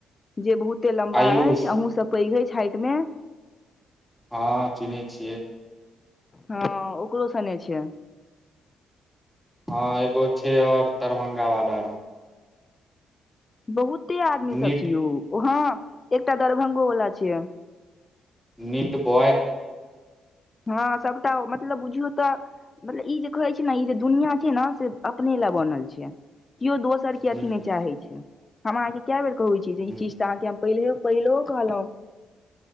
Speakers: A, on the left; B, in the centre.
A: जे बहुते लम्बा
B: आयुष
A: अछि अहूँसे पैघ अछि हाइट मे।
B: हँ चिनहै छियै।
A: हँ ओकरो सने छियै।
B: हँ एगो छैय और दरभंगा वाला
A: बहुते आदमी
B: नीट
A: सब छैय यौ ओहाँ एकटा दरभंगो वाला छियै।
B: नीट बॉय
A: हँ सबटा मतलब बुझियौ तऽ मतलब ई जे कहै छैय ने ई जे दुनियां छैय ने से अपने लए बनल छियै। केओ दोसर के अथी
B: हूँ
A: नहि
B: हूँ
A: चाहै छैय हम अहाँके कय बेर कहु ई चीज
B: हूँ
A: ई चीज त आहाके हम पहिले पहिलो कहलहुँ।